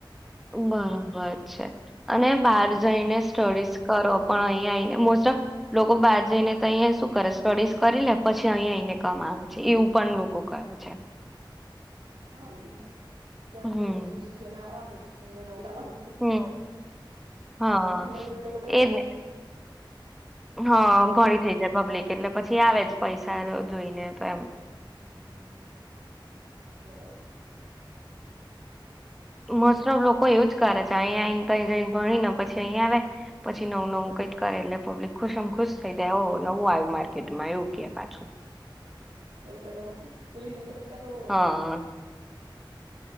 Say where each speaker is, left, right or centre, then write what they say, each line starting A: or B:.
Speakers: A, in the centre; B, on the right (about 75°).
A: ઉમર ભંગાય છે. અને બહાર જઈને સ્ટડીઝ કરો પણ અહીં આવીને મોસ્ટ ઓફ લોકો બાર જઈને તો અંયા શું કરે સ્ટડીઝ કરી લે પછી અહીંયા અહીને કમા આવે છે એવું પણ લોકો કરે છે.
B: હા એવુંજ થાય. ત્યાંથી
A: હમ,
B: કોઈ વસ્તુ શીખી ને આવવાની. અહીયા. ન લવાનું
A: હમ. હા,
B: નવું જો તો <unintelligible>
A: એજ ને. હા ઘણી થઈ જાય પબ્લિક એટલે પછી. તે આવે જ પૈસા જોઈને તો એમ.
B: હમ્મ બરાબર.
A: મોસ્ટ ઓફ લોકો એવું જ કરે છે અહીયા જ ભણી ને પછી અહીંયા આવે પછી નવું નવું કઈ કરે એટલે પબ્લિક ખુશ એમ ખુશ થઈ જાય એવો હોય. નવું આવ્યું માર્કેટમાં
B: હમ
A: એવું કે પાછું.
B: ચલો ચાલલો પ લ દુજે. ચલો.
A: હા